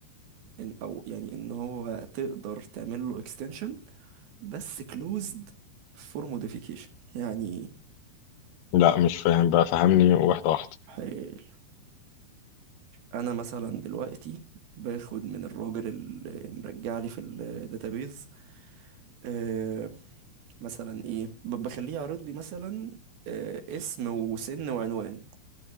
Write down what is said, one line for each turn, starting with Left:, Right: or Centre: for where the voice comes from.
Right: إن او يعني ان هو تقدر تعمل له extension بس closed for modification يعني
Left: لا مش فاهم بقى فهمني واحده واحده
Right: إيه؟ انا مثلا دلوقتي باخد من الراجل اللي مرجع لي في الداتابيز آه مثلا ايه ب- بخليه يعرض لي مثلا آه اسم وسن وعنوان